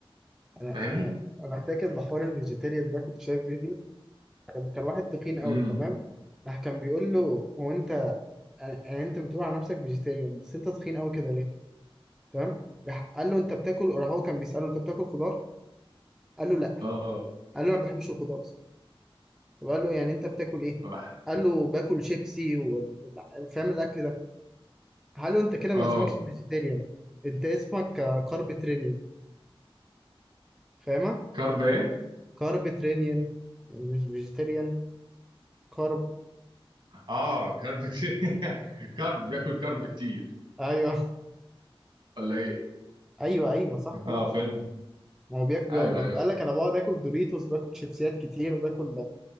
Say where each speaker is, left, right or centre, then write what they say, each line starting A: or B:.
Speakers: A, in the centre; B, on the right.
A: انا
B: فاهمني
A: انا انا فاكر بحوار الفيجيتيريان ده كنت شايف فيديو كان كان واحد تخين قوي
B: امم
A: تمام راح كان بيقول له هو انت يعني انت بتقول على نفسك فيجيتيريان بس انت تخين قوي كده ليه تمام راح قال له انت بتاكل راح هو كان بيساله انت بتاكل خضار قال له لا
B: اه
A: قال له انا ما بحبش الخضار اصلا طب قال له يعني انت بتاكل ايه
B: ما بح
A: قال له باكل شيبسي و... فاهم الاكل ده قال له انت كده
B: اه
A: ما اسمكش فيجيتيريان انت اسمك كاربيترينيان فاهمه
B: كرب ايه
A: كاربيترينيان مش فيجيتيريان كارب
B: اه كرب كتير. <laughs> كرب بياكل كرب كتير
A: ايوه
B: ولا ايه
A: <laughs> ايوه ايوه صح
B: اه
A: ايوه
B: فهمت
A: ما هو بياك بيقعد
B: ايوه
A: ما
B: ايوه
A: هو قال
B: شوف
A: لك انا بقعد اكل دوريتوس باكل شيبسيات كتير وباكل